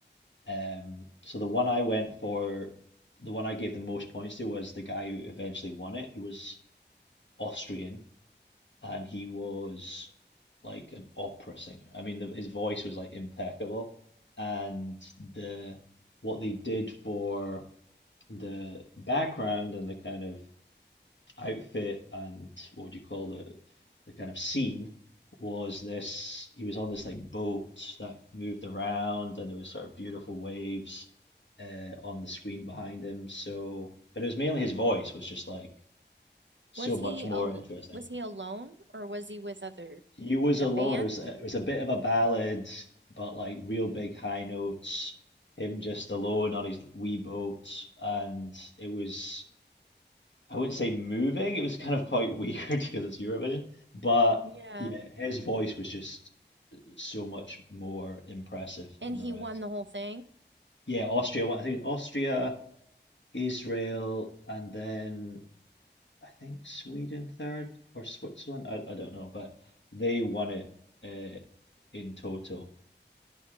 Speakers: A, on the left; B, on the right.
A: Um, so the one I went for, the one I gave the most points to was the guy who eventually won it, who was Austrian, and he was like an opera singer. I mean, the, his voice was like impeccable, and the what they did for the background and the kind of outfit and what do you call the the kind of scene was this he was on this like boat that moved around and it was sort of beautiful waves uh, on the screen behind him so but it was mainly his voice was just like so
B: Was
A: much
B: he
A: more
B: al
A: interesting
B: was he alone or was he with other
A: he was
B: like
A: alone
B: a band?
A: it was it was a bit of a ballad but like real big high notes him just alone on his wee boat and it was I wouldn't say moving. It was kind of quite weird <laughs> because it's Eurovision, but
B: Yeah.
A: yeah, his voice was just so much more impressive
B: And
A: than the
B: he
A: rest.
B: won the whole thing,
A: Yeah, Austria. Well, I think Austria, Israel, and then I think Sweden third or Switzerland. I, I don't know, but they won it uh, in total.